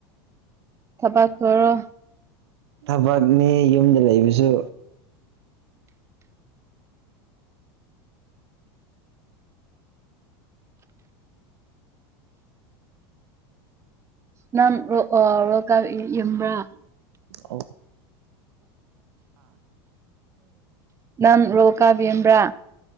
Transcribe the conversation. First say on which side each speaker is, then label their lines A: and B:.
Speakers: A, on the right; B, on the right.
A: ꯊꯕꯛ ꯇꯧꯔꯣ
B: ꯊꯕꯛꯅꯤ ꯌꯨꯝꯗ ꯂꯩꯕꯁꯨ
A: ꯅꯥꯡ ꯔꯣ ꯑ ꯔꯣꯒꯥꯞ ꯌꯦꯡꯕ꯭ꯔꯥ
B: ꯑꯣ
A: ꯅꯝ ꯔꯣꯀꯥ ꯌꯦꯡꯕ꯭ꯔꯥ